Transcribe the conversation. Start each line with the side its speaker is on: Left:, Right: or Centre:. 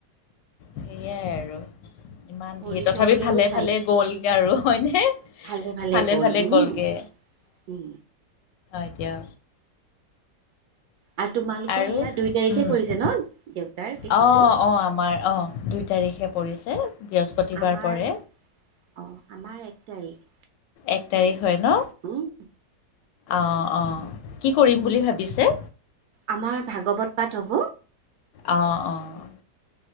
Left: সেয়াই আৰু ইমান
Right: ভৰি
Left: ভিৰ তথাপি
Right: থবলৈও
Left: ভালে-ভালে
Right: ঠাই
Left: গ'লগে আৰু হয়নে
Right: ভালে ভালে
Left: ভালে-ভালে
Right: গ'ল উম
Left: গ'লগে
Right: উম
Left: এতিয়া
Right: আৰু তোমালোকৰ
Left: আৰু
Right: সেয়া
Left: উম,
Right: দুই তাৰিখে পৰিছে ন দেউতাৰ তিথিটো
Left: অ-অ আমাৰ অ, দুই তাৰিখে পৰিছে। বৃহস্পতিবাৰ
Right: আমাৰ
Left: পৰে
Right: অ, আমাৰ এক তাৰিখ
Left: এক তাৰিখ হয় ন।
Right: উম,
Left: অ-অ কি কৰিম বুলি ভাবিছে
Right: আমাৰ ভাগৱত পাঠ হ'ব।
Left: অ' অ'।